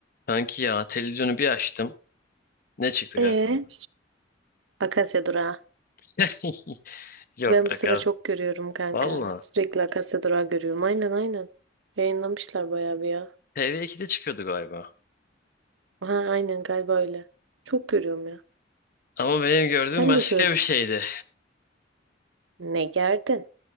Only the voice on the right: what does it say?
Ee,
Akasya durağı.
Ben bu
sıra çok görüyorum kanka.
Sürekli Akasya durağı görüyorum. Aynen aynen. Yayınlamışlar bayağı bir ya.
Ha aynen galiba öyle. Çok görüyorum ya.
Sen
de gördün.
Ne gerdin?